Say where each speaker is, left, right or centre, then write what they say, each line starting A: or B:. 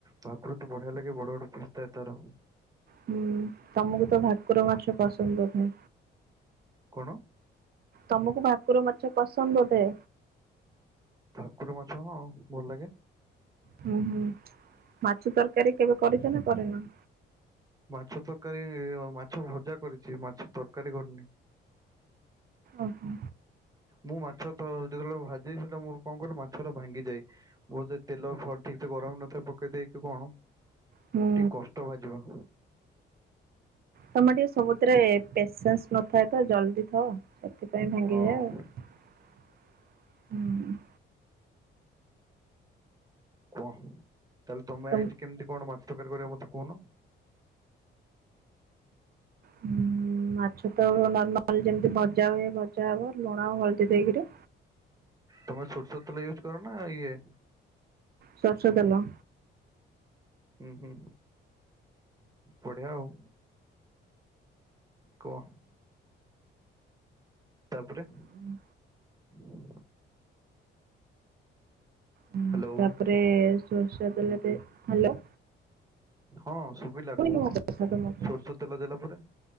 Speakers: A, on the right (about 20°); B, on the right (about 50°).
A: ଭାକୁର ତ ବଢିଆ ଲାଗେ ବଡ ବଡ ପିସ୍ ଥାଏ ତାର।
B: ହୁଁ ତମକୁ ତ ଭାକୁର ମାଛ ପସନ୍ଦ ବୋଧେ।
A: କଣ
B: ତମକୁ ଭାକୁର ମାଛ ପସନ୍ଦ ବୋଧେ?
A: ଭାକୁର ମାଛ ହଁ ଭଲ ଲାଗେ।
B: ହୁଁ ହୁଁ ମାଛ ତରକାରୀ କେବେ କରିଛ ନା କରିନ?
A: ମାଛ ତରକାରୀ, ମାଛ ଭଜା କରିଛି, ମାଛ ତରକାରୀ କରିନି।
B: ଓହୋ।
A: ମୁଁ ମାଛ ତ ଯେତେବେଳେ ଭାଜେ ସେଟା ମୁ କଣ କହିଲ, ମାଛ ଟା ଭାଙ୍ଗିଯାଏ ମୋର ତେଲ ଫ ଠିକ ସେ ଗରମ ନଥାଏ ପକେଇ ଦେଇକି କଣ,
B: ହୁଁ
A: ଟିକେ କଷ୍ଟ ଭାଜିବ
B: ତମର ଟିକେ ସବୁଥିରେ ପେସେନ୍ସ ନଥାଏ ତ ଜଲଦି ଅ ସେଥିପାଇଁ ଭାଙ୍ଗିଯାଏ
A: ହଁ
B: ଆଉ। ହୁଁ।
A: କୁହ ତାଲେ ତମ
B: ତ
A: ଆଇଜି କେମିତି କଣ ମା ତରକାରୀ କରିବା ମତେ କୁହନ।
B: ହଁ ମାଛ ତ, ନର୍ମାଲ ଯେମିତି ଭଜା ହୁଏ, ଭଜା ହବ ଲୁଣ ଆଉ ହଳଦୀ ଦେଇକିରି।
A: ତମେ ସୋରିଷ ତଲେ ୟୁଜ କର ନା ଇଏ
B: ସୋରିଷ ତେଲ।
A: ଉଁ ହୁଁ ବଢିଆ ଆଉ। କୁହ ତାପରେ।
B: ହୁଁ।
A: <inaudible> ହ୍ୟାଲୋ
B: ହୁଁ ତାପରେ ସୋରିଷ ତେଲ ଦେଇ, ହ୍ୟାଲୋ।
A: ହଁ ଶୁବୁ ଶୁଭିଲା
B: ଶୁଭୁନି
A: କହୁନ।
B: ମୋ କଥା ତମକୁ?
A: ସୋରିଷ ତେଲ ଦେଲା ପରେ,